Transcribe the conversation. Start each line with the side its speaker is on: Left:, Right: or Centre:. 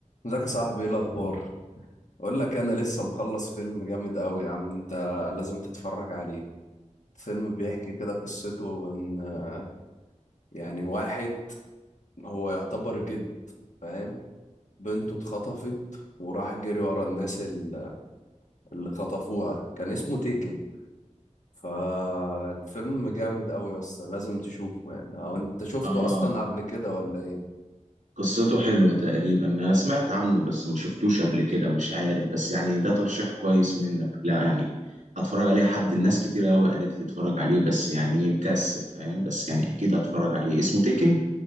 Left: ازيك يا صاحبي ايه الاخبار اقول لك انا لسه مخلص فيلم جامد قوي يا عم انت لازم تتفرج عليه فيلم بيحكي كده قصته ان آه، يعني واحد هو يعتبر جد فاهم بنته اتخطفت وراح جري ورا الناس ال- اللي خطفوها كان اسمه تيكن فالفيلم جامد قوي اصلا لازم تشوفه يعني او انت شفته
Right: اه
Left: اصلا قبل كده ولا ايه
Right: قصته حلوة تقريبا انا سمعت عنه بس ما شفتوش قبل كده مش عارف بس يعني ده ترشيح كويس منك لا يعني هتفرج عليه حد الناس كتير قوي قالت لي اتفرج عليه بس يعني إيه، مكسل فاهم بس يعني اكيد هتفرج عليه اسمه تيكن